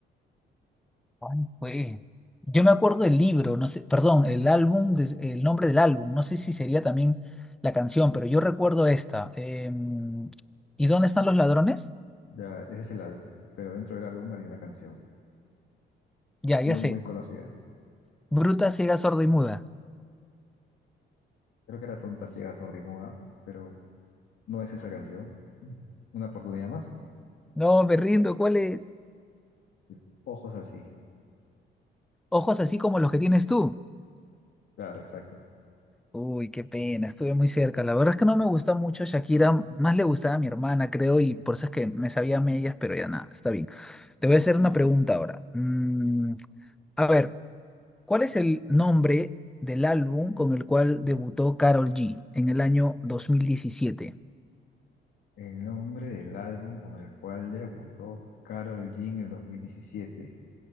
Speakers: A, in the centre; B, on the left (about 75°).
A: Ay, güey. Yo me acuerdo del libro, no sé, perdón, el álbum, de- el nombre del álbum, no sé si sería también la canción, pero yo recuerdo esta. em, ¿Y dónde están los ladrones?
B: Ya, ese es el álbum, pero dentro del álbum había una canción
A: Ya,
B: muy,
A: ya sé.
B: muy conocida.
A: Bruta, ciega, sorda y muda.
B: Creo que era Tonta, Ciega, Sorda y Muda, pero No es esa canción. Mm. Una oportunidad más.
A: No, me rindo, ¿cuál es?
B: Es Ojos así.
A: Ojos así como los que tienes tú.
B: Claro, exacto.
A: Uy, qué pena, estuve muy cerca. La verdad es que no me gusta mucho Shakira, más le gustaba a mi hermana, creo, y por eso es que me sabía a medias, pero ya nada, está bien. Te voy a hacer una pregunta ahora. Mm, a ver, ¿cuál es el nombre del álbum con el cual debutó Karol G en el año 2017?
B: El nombre del álbum con el cual debutó Karol G en el 2017.